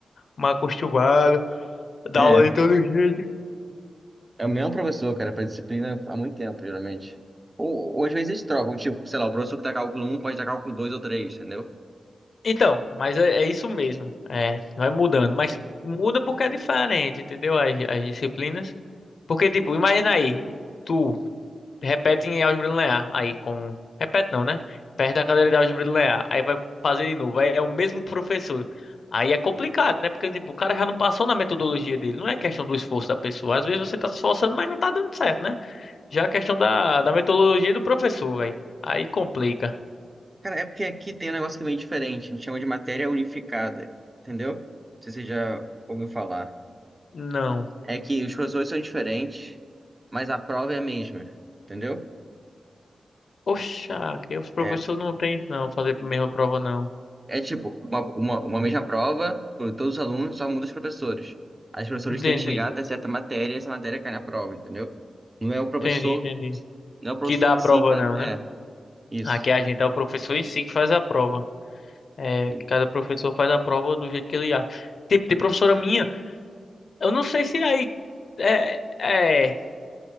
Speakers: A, on the left; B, on the right.
A: mal acostumado,
B: É.
A: dá aula de todo jeito.
B: É o mesmo professor, cara, pra disciplina há muito tempo, geralmente. Ou, ou às vezes eles trocam, tipo, sei lá, o professor que dá cálculo um pode dar cálculo dois ou três, entendeu?
A: Então, mas é, é isso mesmo. É, vai mudando, mas muda porque é diferente, entendeu? As, as disciplinas. Porque, tipo, imagina aí, tu repete em álgebra linear, aí como. Repete não, né? Perde a cadeira de álgebra linear, aí vai fazer de novo, aí é o mesmo professor. Aí é complicado, né? Porque, tipo, o cara já não passou na metodologia dele. Não é questão do esforço da pessoa. Às vezes você tá se esforçando, mas não tá dando certo, né? Já é questão da, da metodologia do professor, velho. Aí complica.
B: Cara, é porque aqui tem um negócio que é meio diferente, a gente chama de matéria unificada, entendeu? Não sei se você já ouviu falar.
A: Não.
B: É que os professores são diferentes, mas a prova é a mesma, entendeu?
A: Oxa, que os
B: É,
A: professores não têm não, fazer a mesma prova não.
B: É tipo, uma, uma, uma mesma prova para todos os alunos, só muda os professores. Aí os professores
A: Entendi,
B: têm que chegar até certa matéria e essa matéria cai na prova, entendeu? Não é o professor,
A: entendi, entendi.
B: não é o professor
A: Que dá
B: em
A: a prova
B: si que faz
A: não,
B: a...
A: né?
B: É, isso.
A: Aqui a gente é o professor em si que faz a prova. É,
B: Entendeu?
A: cada professor faz a prova do jeito que ele acha. Tipo, tem professora minha, eu não sei se aí é, é,